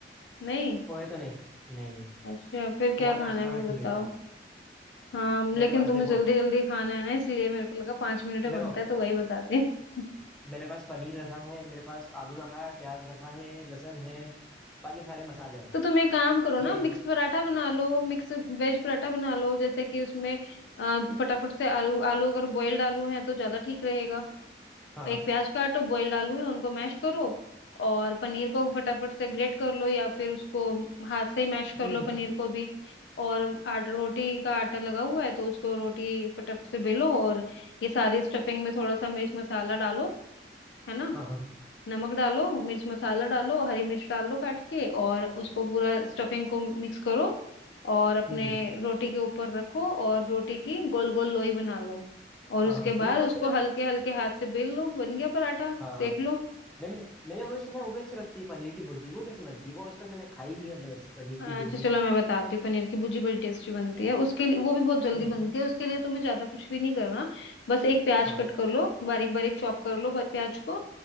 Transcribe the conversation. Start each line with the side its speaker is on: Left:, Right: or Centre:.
Left: नहीं
Centre: पोहे तो नहीं नहीं
Left: अच्छा फिर
Centre: पोहा
Left: क्या खाना
Centre: नाश्ता
Left: है वो
Centre: में
Left: बताओ
Centre: ठीक रहता है
Left: हाँ
Centre: मेरे
Left: लेकिन
Centre: पास
Left: तुम्हें
Centre: देखो
Left: जल्दी जल्दी खाना है ना इसलिए मेरे को लगा पाँच मिनट में बनता
Centre: देखो
Left: है तो वही बताती हूँ
Centre: मेरे पास पनीर रखा है मेरे पास आलू रखा है प्याज रखा है लहसुन है बाकी सारे मसाले
Left: <laughs>
Centre: हैं
Left: तो तुम एक काम करो ना
Centre: ये
Left: मिक्स पराठा बना लो मिक्स वेज पराठा बना लो जैसे कि उसमें अ, फटाफट से आलू आलू अगर बॉयल्ड आलू है तो ज्यादा ठीक रहेगा
Centre: हाँ
Left: एक प्याज काटो बॉइल्ड आलू है उनको मैश करो और पनीर को फटाफट से ग्रेट कर लो या फिर उसको हाथ से ही मैश कर
Centre: हम्म
Left: लो पनीर को भी और आटा रोटी का आटा लगा हुआ है तो उसको रोटी फटाफट से बेलो और ये सारी स्टफिंग में थोड़ा सा मिर्च मसाला डालो है ना
Centre: हाँ हाँ,
Left: नमक डालो मिर्च मसाला डालो हरी मिर्च डाल लो काट के और उसको पूरा स्टफिंग को मिक्स करो और अपने
Centre: हम्म
Left: रोटी के ऊपर रखो और रोटी की गोल गोल लोई बना लो और
Centre: हाँ
Left: उसके
Centre: हाँ। मैंने
Left: बाद
Centre: वो सुना
Left: उसको हल्के हल्के हाथ से बेल लो बन गया पराठा
Centre: हाँ
Left: सेक लो
Centre: मैंने मैंने वो सुना है वो बेच रखती है पनीर की भुर्जी वो कैसी बनती है वो आज तक मैंने खाई नहीं है, मतलब ऐसी पनीर
Left: अच्छा
Centre: की भुर्जी
Left: चलो मैं बताती हूँ पनीर की भुर्जी बड़ी टेस्टी बनती है उसके लिए वो भी बहुत जल्दी
Centre: हम्म
Left: बनती है उसके लिए तुम्हें ज्यादा कुछ भी नहीं करना बस एक प्याज
Centre: हाँ
Left: कट कर लो बारीक बारीक चॉप कर लो ब- प्याज को